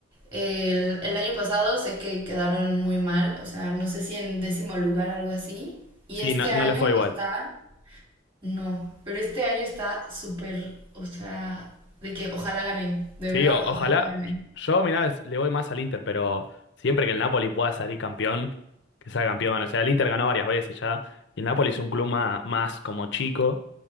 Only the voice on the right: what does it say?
El, el año pasado sé que quedaron muy mal, o sea, no sé si en décimo lugar, algo así. Y
este
año
está, no, pero este año está súper, o sea, de que ojalá ganen, de
verdad,
ojalá ganen.